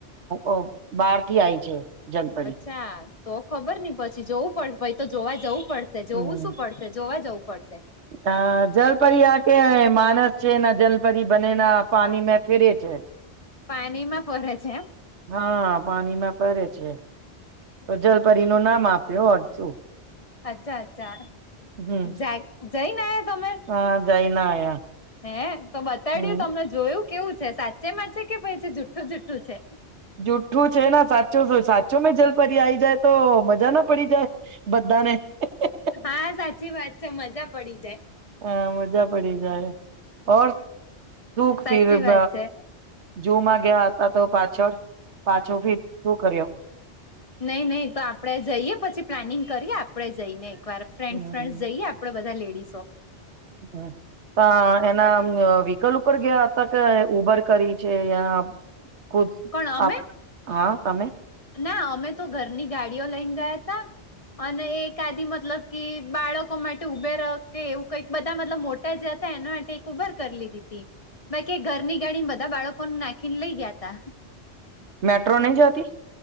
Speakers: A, on the right (about 80°); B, on the left (about 35°).
A: અ બાર થી આય છે જનપરિ
B: કા તો ખબર ની પછી જોવું પડ પઈ જોવા જવું પડશ જોવું
A: હમ
B: શું પડશે જોવા જવું પડશે.
A: અ જલપરી આ કે માનસ છે ના જલપરી બને ના પાણી મે ફેરે છે
B: પાનીમાં ફરે છે એમ?
A: હ પાનીમાં ફરે છે. જલપરી નું નામ આપ્યો હજું
B: અચ્છા અચ્છા
A: હમ
B: જા જઈને આયા તમે?
A: હા જઈને આયા
B: હે તો બતાડ્યું
A: હમ
B: તમને જોયું કેવું છે સાચે માં છે કે પછી જુઠ્ઠું જુઠ્ઠું છે?
A: જુઠ્ઠું છે ન સાચું શું સાચો મે જલપરી આઈ જાય તો મજ જા ના પડી જાય બધાને <unintelligible>
B: હા સાચી વાત છે મજા પડી જાય.
A: અ મજા પડી જાય ઓર દુઃખ ફીર
B: સાચી
A: <unintelligible>
B: વાત છે
A: જુ માં ગ્યા હતા તો પાછળ પાછો ભી શું કર્યો
B: નઇ નઈ તો આપડે જઈએ પછી પ્લાનિંગ કરીએ આપડે જઈને એકવાર ફ્રેન્ડ્સ
A: હમ
B: ફ્રેન્ડ્સ જઈએ આપડે બધા લેડીસો
A: હમ્મ અ એનામ વીકલ ઉપર ગ્યા હતા કે ઉબર કરી છે યા ખુદ
B: પણ અમે
A: આપ હા તમે
B: ના અમે તો ઘરની ગાડીઓ લઈને ગયા તા અને એકઆદી મતલબ કે બાળકો માટે ઉભે ર કે એવું કઈક બધા મતલબ મોટ <unintelligible> જતા એના આટે એક ઉબર કર લીધી હતી બેકી ઘરની ગાડી બધા બાળકોને નાખીન લઇ ગયા તા
A: મેટ્રો નહી જતી